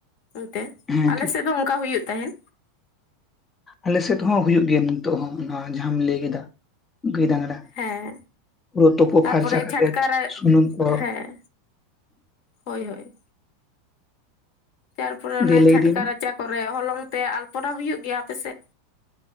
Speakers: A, on the left (about 55°); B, on the left (about 25°).
A: ᱚᱱᱛᱮ
B: ᱦᱮᱸ
A: <unintelligible> ᱟᱞ
B: ᱴᱷᱤᱠ
A: ᱥᱮᱫ ᱫᱚ ᱚᱱᱠᱟ ᱦᱩᱭᱩᱜ ᱛᱟᱦᱮᱱ
B: ᱟᱞᱮ ᱥᱮᱫ ᱦᱚᱸ ᱦᱩᱭᱩᱜ ᱜᱮᱭᱟ ᱱᱤᱛᱚᱜ ᱦᱚᱸ ᱱᱚᱣᱟ ᱡᱟᱦᱟᱸᱟᱢ ᱞᱟᱹᱭ ᱠᱮᱫᱟ ᱜᱟᱹᱭ ᱰᱟᱝᱨᱟ
A: ᱦᱮᱸ
B: ᱯᱩᱨᱟᱹ ᱛᱩᱯᱳ
A: ᱛᱟᱨᱯᱚᱨᱮ
B: ᱯᱷᱟᱨᱪᱟ ᱠᱟᱛᱮ
A: ᱪᱷᱟᱴᱠᱟ ᱨᱟ
B: ᱥᱩᱱᱩᱢ ᱠᱚ
A: ᱦᱮᱸ ᱦᱳᱭ ᱦᱳᱭ ᱛᱟᱨᱯᱚᱨᱮ ᱚᱱᱮ
B: ᱫᱤᱭᱮ ᱞᱟᱹᱭ
A: ᱪᱷᱟᱴᱠᱟ
B: ᱤᱫᱤ ᱢᱮ
A: ᱨᱟᱪᱟ ᱠᱚᱨᱮᱜ ᱦᱚᱞᱚᱝ ᱛᱮ ᱟᱞᱯᱚᱱᱟ ᱦᱩᱭᱩᱜ ᱜᱮᱭᱟ ᱟᱯᱮ ᱥᱮᱫ